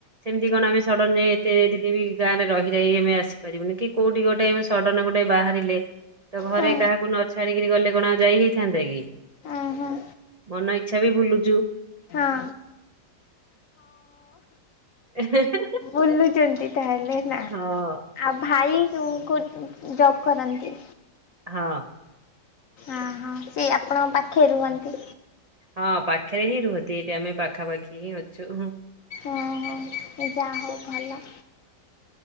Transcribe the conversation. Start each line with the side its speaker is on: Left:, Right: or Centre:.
Right: ସେମିତି କଣ ଆମେ ସଡ଼ନ୍ ଯାଇ ଏତେ ଯଦି ବି ଗାଁରେ ରହିଯାଇ ଆମେ ଆସି। ପାରିବୁନି କି କୋଉଠି ଗୋଟେ ସଡ଼ନ୍ ଗୋଟେ ବାହାରିଲେ ତ ଘରେ
Left: ହଁ
Right: କାହାକୁ ନ ଛାଡିକିରି ଗଲେ କଣ ଆ ଯାଇ ହେଇଥାନ୍ତା କି?
Left: ହଁ
Right: ମନ ଇଚ୍ଛା ବି ବୁଲୁଚୁ।
Left: ହଁ ହଁ।
Right: ଏ ହେଁ, ହେଁ।
Left: ବୁଲୁଛନ୍ତି ତାହେଲେ ନା।
Right: ହଁ
Left: ଆଉ ଭାଇ କୁ କଉଠି ଜବ୍ କରନ୍ତି?
Right: ହଁ।
Left: ଅ ହୋ ସେ ଆପଣଙ୍କ ପାଖରେ ରୁହନ୍ତି।
Right: ହଁ ପାଖରେ ହିଁ ରୁହନ୍ତି ଏଠି ଆମେ ପାଖାପାଖି ହିଁ ଅଛୁ।
Left: ଓହ ଯା ହଉ ଭଲ।